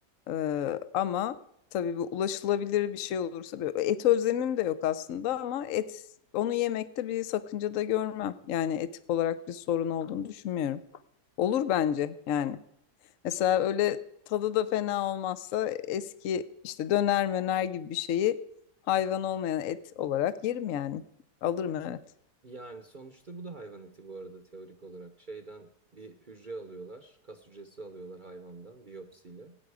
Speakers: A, on the left; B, on the right.
A: Ee, ama tabii bu ulaşılabilir bir şey olursa böyle et özlemim de yok aslında ama et onu yemekte bir sakınca da görmem. Yani etik olarak bir sorun olduğunu düşünmüyorum. Olur bence yani. Mesela öyle tadı da fena olmazsa eski işte döner möner gibi bir şeyi hayvan olmayan et olarak yerim yani. Alırım evet.
B: Yani sonuçta bu da hayvan eti bu arada teorik olarak. Şeyden bir hücre alıyorlar, kas hücresi alıyorlar hayvandan biyopsiyle.